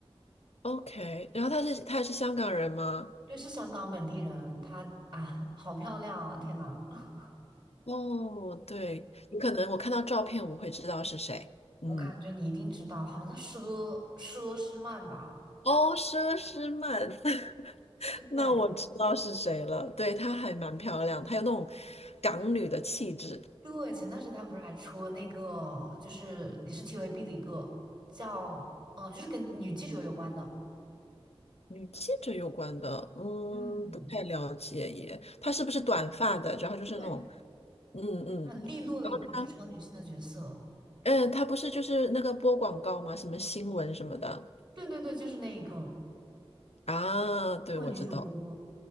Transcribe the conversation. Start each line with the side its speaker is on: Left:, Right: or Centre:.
Left: OK，然后他是他也是香港人吗？
Right: 对，是香港本地人，她啊，好漂亮啊天呐，<laughs>
Left: 哦，对，你可能我看到照片我会知道是谁。嗯，
Right: 我感觉你一定知道，好像叫佘佘诗曼吧，
Left: 哦，佘诗曼，<laughs>
Right: 对不对？
Left: 那我知道是谁了。对，她还蛮漂亮，她有那种港女的气质。
Right: 对，前段时间他不是还出了那个，就是也是 TVB 的一个叫，嗯，就是跟女记者有关的，
Left: 女记者有关的，嗯，
Right: 嗯，
Left: 不太了解耶。她是不是短发的？然后就是那种，
Right: 对，
Left: 嗯嗯，
Right: 很利落的一个职场女性的角色。
Left: 她，嗯，她不是就是那个播广告吗？什么新闻什么的
Right: 对对对，就是那一个
Left: 啊？对，
Right: 因为女主播。
Left: 我知道。